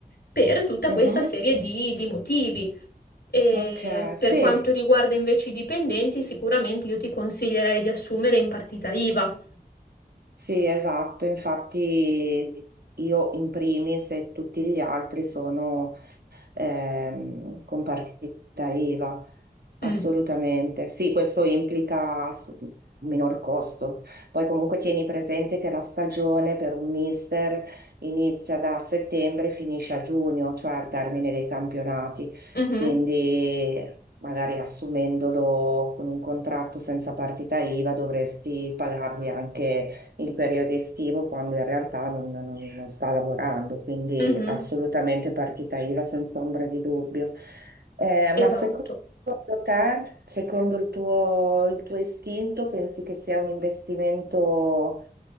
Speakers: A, on the left; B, on the right.
A: per tutta
B: Mhm,
A: questa serie di, di motivi. E
B: Ok,
A: per
B: sì,
A: quanto riguarda invece i dipendenti, sicuramente io ti consiglierei di assumere in partita IVA.
B: sì, esatto. Infatti io in primis e tutti gli altri sono... ehm, con partita IVA, assolutamente.
A: Mm.
B: Sì, questo implica ass- un minor costo. Poi comunque tieni presente che la stagione per un mister inizia da settembre e finisce a giugno, cioè al termine dei campionati.
A: Mhm.
B: Quindi magari assumendolo con un contratto senza partita IVA dovresti pagargli anche il periodo estivo quando in realtà non, non- non sta lavorando, quindi
A: Mhm.
B: assolutamente partita IVA senza ombra di dubbio. Eh, ma
A: Esatto.
B: secondo te, secondo il tuo, il tuo istinto, pensi che sia un investimento